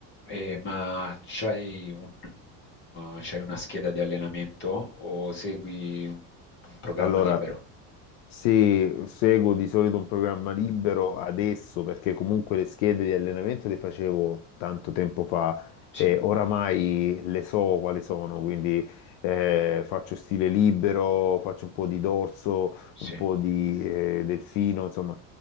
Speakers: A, on the left (about 30°); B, on the left (about 75°).
A: E, ma c'hai un, eh, c'hai una scheda di allenamento o segui un un programma
B: Allora
A: libero?
B: Se seguo di solito un programma libero adesso, perché comunque le schede di allenamento le facevo tanto tempo fa
A: Sì,
B: e oramai le so quali sono, quindi eh, faccio stile libero, faccio un po' di dorso,
A: sì.
B: un po' di eh, delfino, insomma,